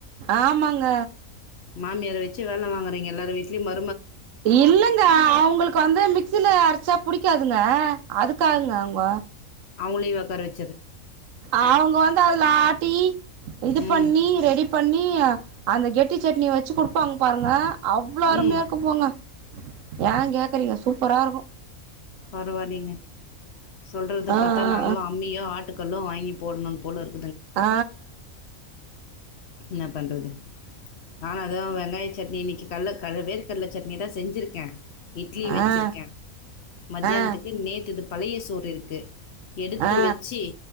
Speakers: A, on the right (about 70°); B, on the left (about 60°).
A: ஆமாங்க
B: மாமியர வெச்சு வேல வாங்குரிங்க எல்லார் வீட்லயு ம
A: இல்லங்க அவங்களுக்கு வந்து மி க்சில அடிச்சா புடிக்காதுங்க அதுக்காகங்க அவங்க
B: அவுங்களயு உக்கார வ
A: அவுங்க வந்து அதுல ஆ ட்டி இது
B: ம்.
A: பண்ணி ரெடி பண்ணி இய அந்த கெட்டி சட்னி வச்சு குடுப்பாங் பாருங்க அவ்வளோ அருமையாக்க
B: ம்.
A: போங்க ஏ கேக்குறீங்க சூப்பரா இருக்கு
B: பரவலேங்க சொல்றத
A: ஆ
B: பாத்தா நாங்ளு
A: ஆ
B: அம்மியு ஆட்டு கல்லு வாங்கி போடன்னு போல இருக்
A: ஆ
B: என்ன பண்றது நானு அதுவு வெங்காய சட்னி இன்னைக்கி காலைல க வேர்க்கடல சட் னிதா செஞ்சிருக் கே இட்லி
A: ஆ
B: வச்சிருக்கே
A: ஆ
B: மத்தியானத்துக்கு
A: ஆ
B: நேத்துது பழைய சோறு இருக்கு எடுத்து
A: ஆ
B: வச்சு